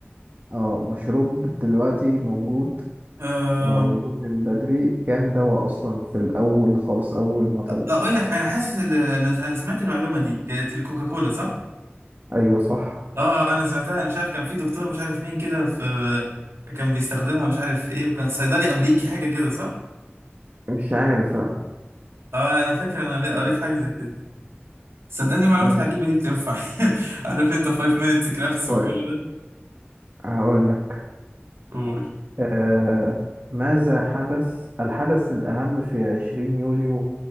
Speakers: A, on the right; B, on the right.
A: اه مشروب دلوقتي موجود
B: أه
A: وموجود من بدري كان دواء أصلا في الأول خالص أول ما طلع
B: اقول لك انا حاسس ال- انا أنا سمعت المعلومه دي كانت الكوكاكولا صح
A: أيوة صح
B: اه آه، انا سمعتها انا مش عارف كان في دكتور مش عارف مين كده في كان بيستخدمها مش عارف في ايه وكان صيدلي امريكي حاجه كده صح
A: مش عارف بقى
B: اه انا فاكر انا قريت حاجه زي كده صدقني المعلومات
A: ماشي
B: العجيبه دي بتنفع <laughs> عارف انت 5 minutes crafts
A: طيب
B: والجو ده
A: هقول لك
B: قول
A: آه ماذا حدث الحدث الأهم في 20 يوليو